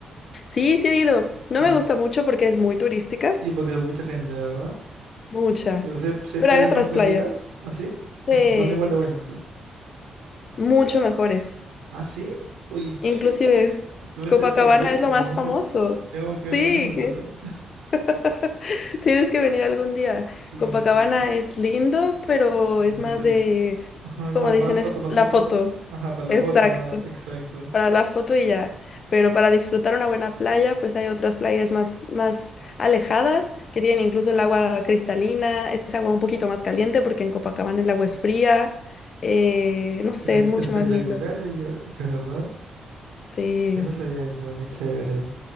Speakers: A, on the left (about 55°); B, on the right (about 75°).
A: Sí, sí he ido.
B: Sí,
A: No me gusta mucho porque es muy turística,
B: sí, porque hay mucha gente, ¿verdad?
A: mucha.
B: Pero sí, hay sí hay
A: Pero
B: playas
A: hay otras
B: más tranquilas,
A: playas,
B: ¿así? Sí,
A: sí,
B: Sí, pero son igual de buenas.
A: mucho mejores.
B: ¿Ah, sí? Oye, <laughs> ¿qué?
A: Inclusive,
B: ¿Qué me estoy
A: Copacabana
B: perdiendo?
A: es lo más
B: No
A: famoso.
B: sé qué hago acá
A: Sí,
B: en Perú,
A: que
B: ¿verdad?
A: <laughs> Tienes que venir algún día.
B: Sí,
A: Copacabana
B: sí,
A: es lindo, pero
B: es
A: es
B: muy
A: más
B: turístico.
A: de,
B: Ajá,
A: como
B: como
A: dicen,
B: más para
A: es
B: tomarse
A: fo- la
B: las fotos.
A: foto.
B: Ajá, para la
A: Exacto,
B: foto, nada, exacto.
A: para la foto y ya. Pero para disfrutar una buena playa, pues hay otras playas más, más alejadas que tienen incluso el agua cristalina, es agua un poquito más caliente porque en Copacabana el agua es fría. eh, no sé,
B: Y es
A: es mucho
B: espectacular,
A: más lindo.
B: oye, ¿de verdad?
A: Sí,
B: Yo no sabía eso, qué chévere.